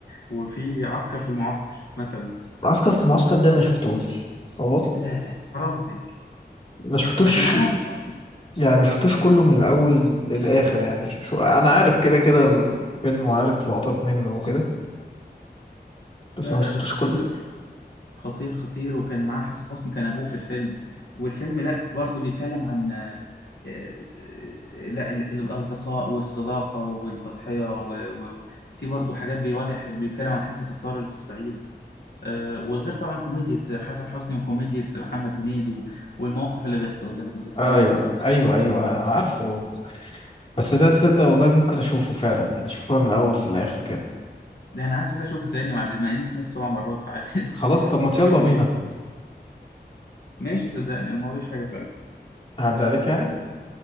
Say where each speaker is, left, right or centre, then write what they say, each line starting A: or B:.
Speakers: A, on the left; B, on the left.
A: وفي عسكر في المعسكر مثلا
B: عسكر في معسكر ده ما شفتوش صور
A: لا لا حرام عليك
B: ما شفتوش
A: ده كان معاه حسن حسني
B: يعني ما شفتوش كله من الاول للاخر يعني شو انا عارف كده كده الفيلم وعارف لقطات منه وكده بس
A: لا
B: ما
A: لا
B: شفتوش
A: ده خطير
B: كله
A: خطير خطير وكان معاه حسن حسني كان ابوه في الفيلم والفيلم لا برضه بيتكلم عن آه، آه، لا ال- الاصدقاء والصداقه والتضحيه و- وفي برضه حاجات بيواجه بيتكلم عن حته الطار اللي في الصعيد آه، والغير طبعا كوميديا حسن حسني وكوميديا محمد هنيدي و- والمواقف اللي بيحصل ده اللي تحصل
B: ايوه
A: له
B: ايوه ايوه عارفه بس ده تصدق والله ممكن اشوفه فعلا يعني اشوفه من الاول للاخر كده
A: ده انا عايز اشوفه تاني مع مع اني سمعته سبع مرات فعادي
B: خلاص
A: <laughs>
B: طب ما
A: فيلم
B: يلا
A: جميل
B: بينا
A: ماشي صدقني انا ما وريش حاجه فعلا
B: هعدي عليك يعني